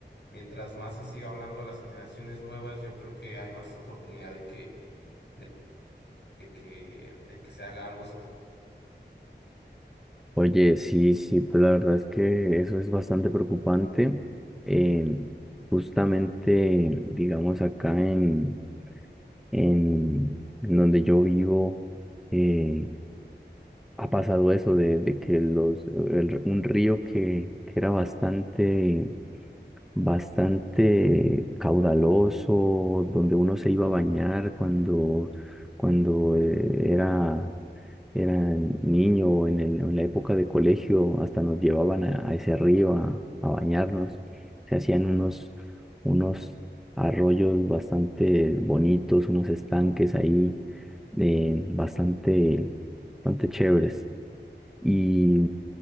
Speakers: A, on the left; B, in the centre.
A: mientras más se siga hablando a las generaciones nuevas, yo creo que hay más oportunidad de que, de, de que, de que se haga algo hacia el...
B: Oye, sí, sí, pues la verdad es que eso es bastante preocupante. Eh, justamente, digamos, acá en, en, en donde yo vivo, eh, ha pasado eso de, de que los, el- un río que, que era bastante, bastante caudaloso, donde uno se iba a bañar cuando, cuando eh, era eran niño o en el- en la época de colegio, hasta nos llevaban a, a ese río a, a bañarnos. Se hacían unos, unos arroyos bastante bonitos, unos estanques ahí eh, bastante, bastante chéveres. Y,